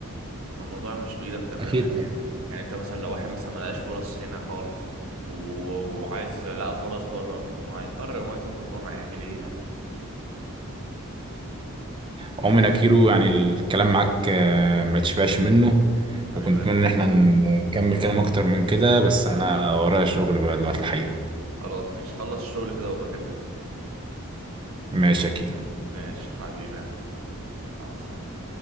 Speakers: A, on the right; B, on the right.
A: الموضوع مش بإيدك تماما
B: اكيد
A: يعني يعني انت مثلا لو واحد مثلا ملقاش فرص هنا خالص و... وعايز لقى فرص بره طب ما هيضطر ان هو يسافر بره هيعمل ايه يعني
B: عمرو نكيرو يعني الكلام معاك آه، ما تشبعش منه
A: حبيب
B: وكنت
A: قلبي
B: اتمنى ان احنا نكمل كلام اكتر من كده بس انا ورايا شغل بقى دلوقتي الحقيقة
A: خلاص ماشي خلص الشغل كده وبكلمني
B: ماشي يا كيرو
A: ماشي حبيبي مع السلامة